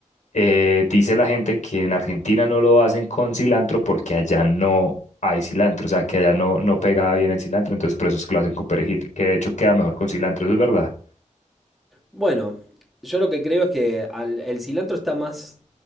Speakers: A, on the left (about 65°); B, in the centre.
A: eh, dice la gente que en Argentina no lo hacen con cilantro porque allá no hay cilantro, o sea, que allá no, no pega bien el cilantro, entonces por eso es que lo hacen con perejil, que de hecho queda mejor con cilantro, ¿eso es verdad?
B: Bueno, yo lo que creo es que al- el cilantro está más...